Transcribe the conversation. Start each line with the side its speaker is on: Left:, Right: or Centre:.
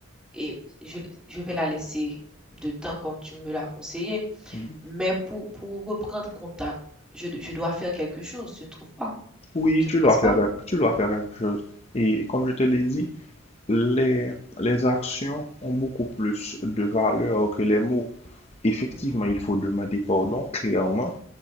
Centre: et je, je vais la laisser de temps comme tu me l'as conseillé.
Left: Mm-hmm.
Centre: Mais pour, pour reprendre contact, je, je dois faire quelque chose, tu ne trouves pas?
Left: Oui,
Centre: Tu
Left: tu
Centre: ne penses
Left: dois
Centre: pas?
Left: faire, tu dois faire quelque chose. Et comme je te l'ai dit, les, les actions ont beaucoup plus de valeur que les mots. Effectivement,
Centre: Mhm,
Left: il faut demander pardon clairement,